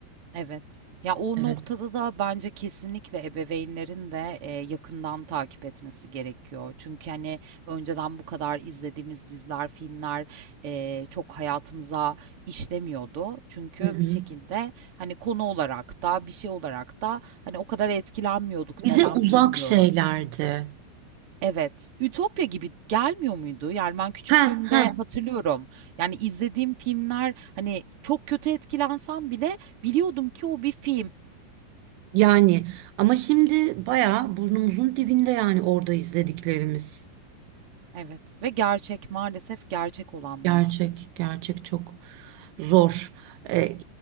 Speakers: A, on the right; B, on the right.
A: Evet. Ya o
B: Evet.
A: noktada da bence kesinlikle ebeveynlerin de e, yakından takip etmesi gerekiyor. Çünkü hani önceden bu kadar izlediğimiz diziler, filmler e, çok hayatımıza işlemiyordu. Çünkü
B: Hı hı.
A: bir şekilde hani konu olarak da bir şey olarak da hani o kadar etkilenmiyorduk neden
B: Bize uzak
A: bilmiyorum.
B: şeylerdi.
A: Evet. Ütopya gibi gelmiyor muydu? Yani ben küçüklüğümde
B: Ha ha.
A: hatırlıyorum. Yani izlediğim filmler hani çok kötü etkilensem bile biliyordum ki o bir film.
B: Yani ama şimdi bayağı burnumuzun dibinde yani orada izlediklerimiz.
A: Evet ve gerçek, maalesef gerçek olanlar.
B: Gerçek, gerçek çok zor. Ee,